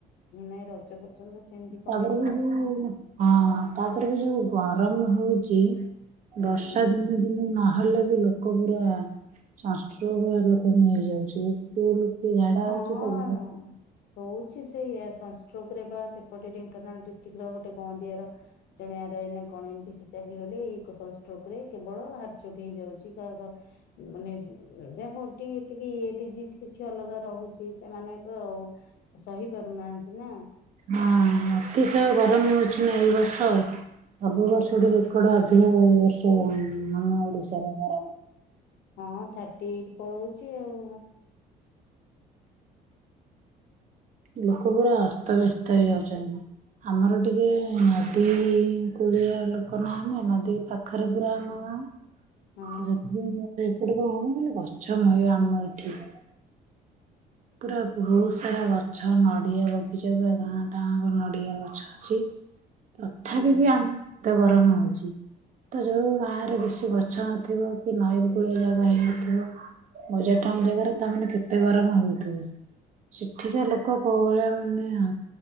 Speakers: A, on the left; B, on the right.
A: ନାଇଁ ରଜ ପର୍ଯ୍ୟନ୍ତ ସ ସେମିତି କରିବ
B: ତାପରେ ବି
A: ପାଗ।
B: ଯୋଉ ହଁ ତାପରେ ବି ଯୋଉ ଗରମ ହଉଛି
A: ହୁଁ।
B: ବର୍ଷା ଦିନେ ଦିନେ ନହେଲେ ବି ଲୋକ ପୁରା ସଂଷ୍ଟ୍ରୋକ ରେ ଲୋକ ମରି ଯାଉଚି ଫେରେ କିଏ ଝାଡା
A: ହଁ।
B: ହଉଛି ତ
A: ହଉଛି ସେଇଆ ସନଷ୍ଟ୍ରକ୍ ରେ ବା ସେପଟେ ଢେଙ୍କାନାଳ ଡିଷ୍ଟ୍ରିକଟ ର ଗୋଟେ ଗଁନ୍ଦିଆ ର ଜଣେ ଆର ଆଇ ନା କଣ ଏମିତି ସେ ଚାଲିଗଲେ ଏଇ ସଂଷ୍ଟୋକ ରେ କେବଳ ହାର୍ଟଚୋକ ହେଇଯାଉଚି କାହର ମାନେ ଯାହାର ଯଦି କିଛି ଡିଜିଜ କିଛି ଅଲଗା ରହୁଛି ସେମାନେ ତ ସହି ପାରୁନାହାନ୍ତି ନା।
B: ହଁ ଅତିଶୟ ଗରମ ହଉଚି ନା ଏଇ ବର୍ଷ। ସବୁବର୍ଷ ଠାରୁ ରେକର୍ଡ <unintelligible>
A: ହୁଁ
B: ଓଡ଼ିଶାର <inaudible>
A: ହଁ ଥାର୍ଟିଏଇଟ୍ ପଳଉଚି ଆଉ
B: ଲୋକ ପୁରା ଅସ୍ତବେସ୍ତ ହେଇଯାଉଚନ୍ତି। ଆମର ଟିକେ ନଦୀ କୂଳିଆ ଲୋକ ନା ଆମେ ନଦୀ ପା ଖରେ
A: ହୁଁ।
B: ପୁରା ଆମ ଗାଁ
A: ହୁଁ ହଁ
B: ତ ସେଥିପାଇଁ ତ ଏପଟେ କଣ କି ଗଛ ମୟ ଆମ ଏଠି
A: <inaudible>
B: ପୁରା ବହୁତ ସାରା ଗଛ ନଡ଼ିଆ ବଗିଚା ପୁରା ଗାଁ ଟାଁଙ୍କ ନଡ଼ିଆ ଗଛ ଅଛି। ତଥାପି
A: ହୁଁ
B: ବି ଆମ ତ ଗରମ ହଉଚି। ତ ଯୋଉ ଗାଁ ରେ ବେଶୀ ଗଛ ନଥିବ କି ନଈ କୁଳିଆ ଜାଗା ହେଇନଥିବ ବଜାର ଟାଉନ୍ ଜାଗାରେ ତାମାନେ କେତେ ଗରମ ହଉଥିବେ। ସେଠିକା ଲୋକ କୋଉ ଭଳିଆ ମାନେ ହ